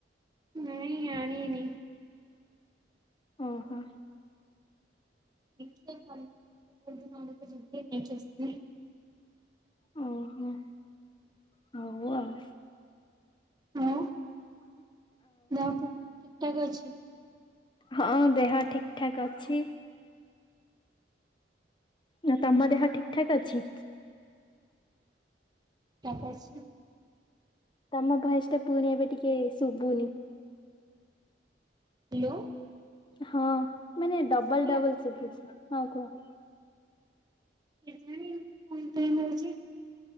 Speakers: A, on the right; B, on the left.
A: ନାଇଁ ଆଣିନି।
B: ଓହୋ।
A: ଦେଖିବା କାଲି ପହର ଦିନ ଆଡକୁ ଯିବି ନେଇକି ଆସିବି।
B: ଓହୋ ହଉ ଆଉ।
A: ହଁ
B: ହ
A: ନା ଠିକ ଠାକ ଅଛି।
B: ହଁ ଦେହ ଠିକ ଠାକ୍ ଅଛି। ନା ତ ଆମ ଦେହ ଠିକ ଠାକ୍ ଅଛି।
A: ତାପଛରେ
B: ତମ ଭଏସ ଟା ପୁଣିି ଏବେ ଟିକେ ଶୁଭୁନି।
A: ହ୍ୟାଲୋ।
B: ହଁ ମାନେ ଡବଲ
A: ଶୁଭିଲା?
B: ଡବଲ ଶୁଭୁଛି ହଁ କୁହ।
A: କେଜାଣି ଏମତି କଣ ପାଇଁ ହଉଛି?